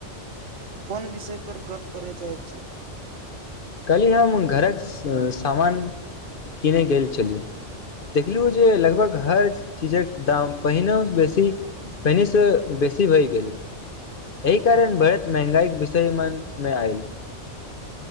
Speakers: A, on the right; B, on the left.
A: कोन विषय परर गप्प करय चाहैत छी
B: कल्हि हम घरक समामान किीनै गेल छलियहु देखलियौ जे लगभग हर चीजक दाम पहिनेसँ बेसी पहिनििसँ बेसी भय गेल एहि कारण भढ़त महंगाईक विषयमन मे आयल